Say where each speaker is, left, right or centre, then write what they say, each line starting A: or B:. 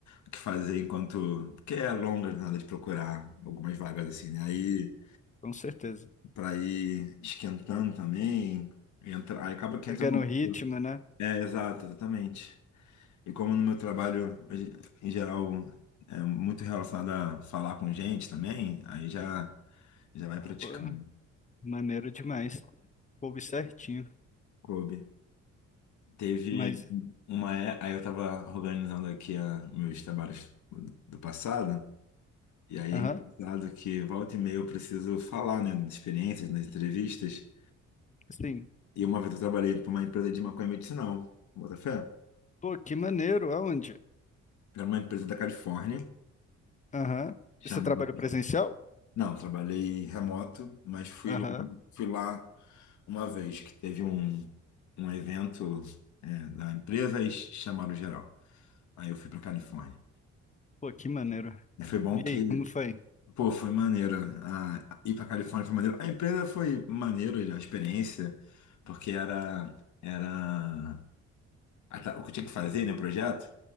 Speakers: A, on the left; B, on the left.
A: o que fazer enquanto... Porque é longa a jornada de procurar algumas vagas, assim, né? Aí,
B: com certeza.
A: pra ir esquentando também, entra... aí acaba que
B: Pegando
A: entra no...
B: o ritmo, né?
A: É, exato, exatamente. E como no meu trabalho, hoje, em geral, é muito relacionado a falar com gente também, aí já, já vai praticando.
B: Pô, maneiro demais. Coube certinho.
A: Coube. Teve
B: Mas,
A: uma. é- Aí eu tava organizando aqui a, meus trabalhos do passado, e aí
B: aham,
A: é engraçado que volta e meia eu preciso falar, né, das experiências, nas entrevistas.
B: sim.
A: E uma vez eu trabalhei para uma empresa de maconha medicinal, bota fé?
B: Pô, que maneiro, aonde?
A: Era uma empresa da Califórnia,
B: Aham.
A: chamada
B: Você trabalha presencial?
A: Não, trabalhei remoto, mas fui,
B: Aham.
A: lá- fui lá uma vez que teve um, um evento é, da empresa e chamaram geral. Aí eu fui para Califórnia.
B: Pô, que maneiro.
A: E foi bom
B: E
A: que,
B: aí, como foi?
A: pô, foi maneiro. A, ir para Califórnia foi maneiro. A empresa foi maneiro, a experiência, porque era, era ah, tá. O que eu tinha que fazer, né, projeto?